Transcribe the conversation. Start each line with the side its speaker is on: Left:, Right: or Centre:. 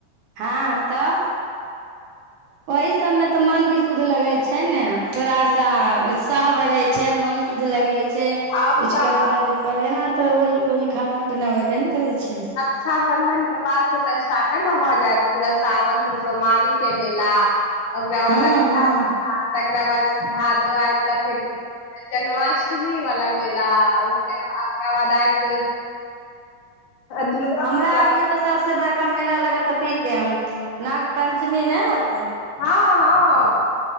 Right: हँ तऽ ओहि सबमे तऽ मन भी शुद्ध लगै छैय ने। थोड़ा सा उत्साह बढ़ै छैय मन शुद्ध लगै छैय
Left: आब
Right: कुछ
Left: तऽ
Right: करै
Left: आब
Right: धरे पर एना तऽ रोज रोज खाना पीना होयबे ने करै छैय।
Left: रक्षाबंधन के बाद से तऽ स्टार्टे ने भऽ जायत पूरा सावन से सोमवारी के मेला ओकरा बाद
Right: हँ
Left: रक्षा
Right: हँ
Left: बंधन तकरा बाद भादव आयत तऽ फिर जन्माष्टमी वाला मेला ओयके ओकरा वाद आयत दुर्गा
Right: हमरा
Left: पूजा
Right: आरदने तऽ सबसे बड़का मेला लगत अथी के ह नाग पंचमी नहि होत
Left: हँ हँ